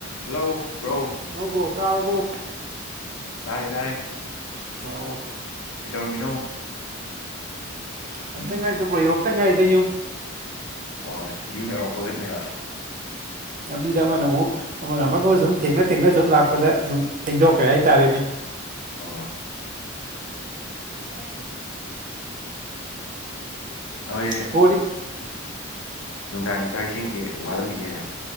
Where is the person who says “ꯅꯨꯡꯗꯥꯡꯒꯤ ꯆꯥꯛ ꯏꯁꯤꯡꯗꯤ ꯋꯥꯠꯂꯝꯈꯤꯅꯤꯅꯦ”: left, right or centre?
Left